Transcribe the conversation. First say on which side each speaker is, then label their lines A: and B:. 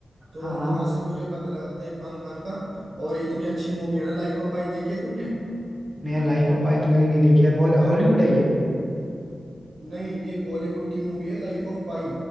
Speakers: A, on the right; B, on the right.
A: तो
B: हाँ हाँ
A: वहां से मुझे पता लगा था इरफान खान का और इतनी अच्छी मूवी है ना लाइफ ऑफ पाई देखी है तुमने
B: नया लाइफ ऑफ पाई तो मैंने नहीं देखी यार बॉल हॉलीवुड है ये
A: नहीं ये बॉलीवुड की मूवी है लाइफ ऑफ पाई